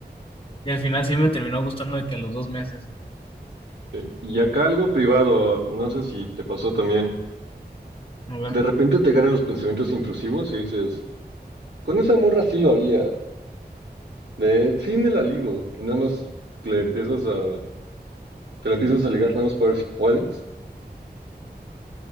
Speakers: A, on the left (about 30°); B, on the right (about 80°).
A: Y al final sí me terminó gustando de que a los dos meses.
B: Eh, Y acá algo privado, no sé si te pasó también.
A: A ver.
B: De repente te ganan los pensamientos intrusivos y dices, con esa morra sí lo haría. De sí me la ligo. Y nada más le empiezas a, te la empiezas a ligar nada más para ver si puedes,